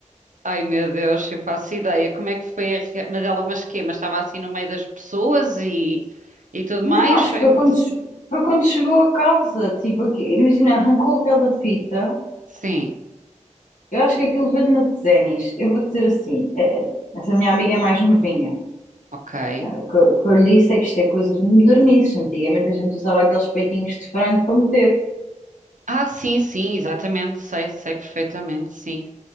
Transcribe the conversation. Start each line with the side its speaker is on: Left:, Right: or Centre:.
Right: Ai meu Deus, eu faço ideia. Como é que foi a rea... Mas ela, mas quê? Mas estava assim no meio das pessoas e, e tudo
Left: Não,
Right: mais?
Left: acho
Right: Foi-
Left: que foi
Right: hum,
Left: quando, che- foi quando chegou a casa. Tipo, aqui, imagina, arrancou aquela fita.
Right: Sim,
Left: Eu acho que aquilo vende na Tezenis. Eu vou-te dizer assim: eh, eh, essa minha amiga é mais novinha.
Right: ok.
Left: Eh, O que, eu- o que eu lhe disse é que isto é coisas modernices. Antigamente a gente usava aqueles peitinhos de frango para meter.
Right: Ah, sim, sim, exatamente. Sei, sei perfeitamente, sim.